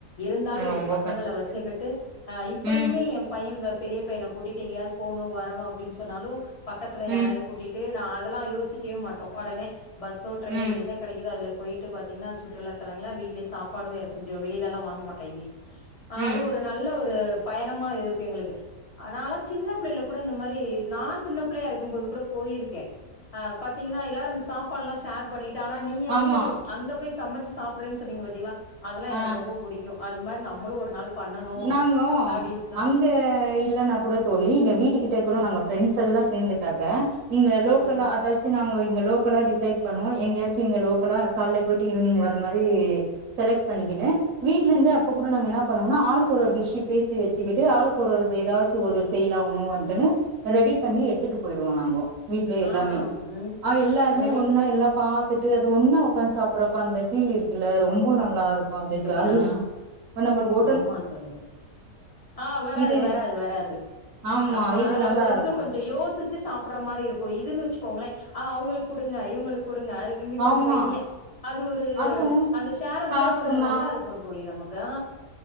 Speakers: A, on the left (about 35°); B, on the right (about 70°).
A: இருந்தாலு
B: ரொம்ப
A: ஏ பசங்கள
B: கஷ்டம்
A: வச்சுக்கிட்டு அ இப்பயுமே
B: ம்
A: ஏ பைய பெரிய பையன கூட்டிட்டு எங்யாது போணு வரணு அப் பன்னாலு பக்கத்துல
B: ம்
A: யாராய கூட்டிட்டு நா அதெல்லா யோசிக்கயெ மாட்டோ ஒடனே பஸ்ஸோ ட்ரெய்னோ
B: ம்
A: என்ன கெடைக்குதொ அதுல போயிட்டு பாத்தீங்கனா சுற்றுலாத்தலங்களா வீட்லயெ சாப்பாடு வேற செஞ்சுவொ வெளிலல்லா வாங்கமாட்டோ எங்கயு
B: ம்
A: அது ஒரு நல்ல ஒ ரு பயணமா இருக்கு எங்களுக்கு அ நாலா சின்னப் புள்ளைல கூட இந்த மாரி நா சின்ன பிள்ளயா இருக்கும்போது கூட போயிருக்கே ஆ பாத்தீங்கனா எல்லாரு இந்த சாப் பால்லா ஷேர் பண்ணி ட்டு ஆனா நீங்க வந்து
B: ஆமா
A: அங்க போய் சம ச்சு சாப்புறேன் சொன்னீங்க பாத்திங்ளா அதுலா எனக்கு
B: ஆ
A: ரொம்ப புடிக்கு அது மார் நம்மளு ஒரு நாள் பண்ணனு
B: நாங்கோ
A: அப்டின்ட்டுலா
B: அங்க இல்லன்னா கூட தோழி இங்க வீட்டுக்கிட்ட கூட
A: ம்
B: நாங்க ஃப்ரெண்ட் ஸெல்லா சேந்துட்டாக்க இங்க லோக்கலா
A: ம்
B: அதாச்சு நாங்க இ ங்க லோக்கலா டிசைட் பண்ணுவோ எங்யாச்சு இங்க லோக்கலா கால்ல போயிட்டு ஈவ்னிங் வர மாரி செலக்ட் பண்ணிக்கினு வீட்லெந்து அப்ப கூட நாங்க என்னா பண்ணுவோனா ஆளுக்கு ஒரு ஒர் டிஷ்ஷு பேசி வச்சுகிட்டு ஆளுக்கு ஒரு எதாச்சு ஒரு செய்லாமாவான்ட்டுனு ரெடி பண்ணி எடுத்துட்டு போயிடுவோ நாங்கொ வீட்லயெ
A: ஆ
B: எல்லாமே
A: ம்
B: ஆ எல்லாருமே
A: ம்
B: ஒன்னா எல்லா பாத்து ட்டு அது ஒன்னா ஒக்காந்து சாப்புட்றப்ப அந்த ஃபீல் இருக் குல்ல ரொம்ப
A: ஆ
B: நல்லா இருக்கு அது
A: தோழி
B: ஜாலியா
A: ஆ
B: இப்ப நம்பள் ஓ
A: ஆமா தோழி ஆ வராது
B: இது
A: வராது வராது
B: ஆமா
A: நம்ம
B: இது நல்லா
A: அதுக்கு வந்து
B: இருக்கு
A: கொஞ்ச யோசிச்சு சாப்புட்ற மாரி இருக்கு இதுன்னு வச்சுக்கோங்ளே ஆ அவங்களுக்கு குடுங்க இவங்களுக் குடுங்க அது இங்க கொஞ்சோ
B: ஆமா
A: வைங்க அது ஒரு
B: அதுவு
A: அந்த ஷேரப்ளே
B: காசுமா
A: கொஞ்சோ நல்லா இருக்கு தோழி நமக்கு ஆ